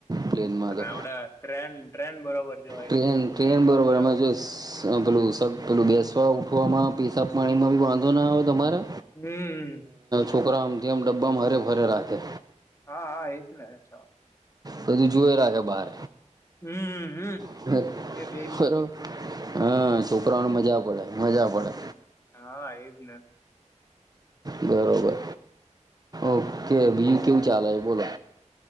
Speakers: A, on the right; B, on the left.
A: પ્લેનમાં
B: અને
A: તો
B: <unintelligible> ટ્રેન ટ્રેન બરોબર કેવાય
A: ટ્રેન ટ્રેન
B: ટ્રેનમાં
A: બરોબર
B: મજા
A: અમે
B: આવે.
A: જો પેલું પેલું બેસવા <unintelligible> પીસાબ પાણીમાં ભી વાંધો ના આવે તમારે
B: હમ
A: છોકરાઓ <unintelligible> ડબ્બામાં હરે ભરે રાખે
B: હા હા એ જ ચાલ
A: બધું જુવે રાખે બાર
B: હમ્મ હમ્મ.
A: <unintelligible>
B: એ બેસ્ટ
A: હા છોકરાઓને મજા પડે મજા પડે
B: હા એજ ને
A: બરોબર ઓકે બીજુ કેવું ચાલે બોલો